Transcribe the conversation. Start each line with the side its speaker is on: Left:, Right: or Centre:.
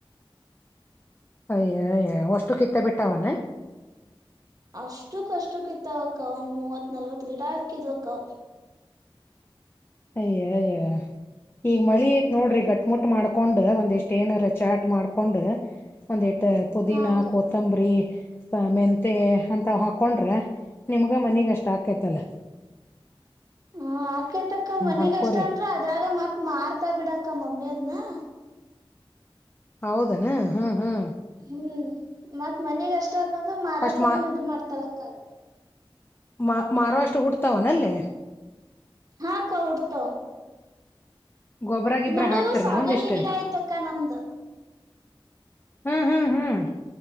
Left: ಅಯ್ಯ ಅಯ್ಯ ಅಷ್ಟು ಕಿತ್ತ ಬಿಟ್ಟ ಅವನ.
Right: ಅಷ್ಟು ಕಷ್ಟಕ್ಕಿತ್ತವಕ್ಕ ಒಂದ್ ಮೂವತ್ ನಲ್ವತ್ ಗಿಡ ಹಾಕಿದ್ವ ಅಕ್ಕವ.
Left: ಅಯ್ಯ ಅಯ್ಯ ಈಗ ಮಳಿ ಐತ್ ನೋಡ್ರಿ ಗಟ್ ಮುಟ್ ಮಾಡ್ಕೊಂಡ್ ಒಂದು ಇಷ್ಟು ಏನಾರ ಚಾರ್ಟ್ ಮಾಡ್ಕೊಂಡ್ ಒಂದ್ ಎಷ್ಟ. ಪುದೀನ
Right: ಹಾ ಅಕ್ಕ
Left: ಕೊತ್ತಂಬರಿ. ಶಾಮಂತಿ ಅಂತ ಹಾಕೊಂಡ್ರ ನಿಮಗ್. ಆಗ ಮನಗೆಷ್ಟು ಹಾಕಥೈತೇ ಅಲ್ಲ.
Right: ಹ್ಮ ಆ. ಆಕೈತಕ್ಕ ಮನಿಗ್
Left: ಹಾಕೋರಿ
Right: ಅಷ್ಟ ಅಂದ್ರೆ ಅದ್ರಾಗ ಮತ್ ಮಾರ್ತಾ ಬಿಡಕ್ಕ ಮಮ್ಮಿ ಅದನ. ವ.
Left: ಹೌದನಾ ಹ್ಮ ಹ್ಮ್.
Right: ಹ್ಮ್ ಮತ್ ಮನೆಗ ಅಷ್ಟ. ಇಷ್ಟದು ಮಾರಾಕೋದ್ನು
Left: ಅಷ್ಟ್
Right: ಇದು ಮಾಡ್ತಾರ ಕಲೆ.
Left: ಮ ಮಹಾರಾಷ್ಟ್ರ ಹುಡ್ತಾವನಲ್ಲೇ
Right: ಹಾ ಅಕ್ಕಾ ಹುಟ್ಟುತ್ತವ.
Left: ಗೊಬ್ರ ಗಿಬ್ರ
Right: ನಡುವು
Left: ಹಾಕ್ತಿರ್ನ
Right: ಸಾಗಣಿ
Left: ಒಂದಿಷ್ಟ
Right: ಗಿಡ ಆಯ್ತಕ್ಕ ನಮ್ದ.
Left: ಹ್ಮ್ ಹ್ಮ್ ಹ್ಮ್.